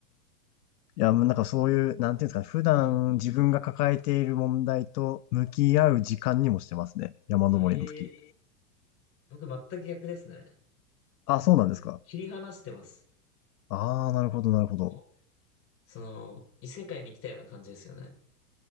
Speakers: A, on the left; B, on the left.
A: いや、もうなんかそういう、なんていうんですかね、普段自分が抱えている問題と向き合う時間にもしてますね。
B: そうなんだ。
A: 山登りの時。
B: ええ僕全く逆ですね。
A: あ、そうなんですか。
B: あの切り離してます。
A: ああ、なるほど、なるほど。
B: もう、その、異世界に来たような感じですよね。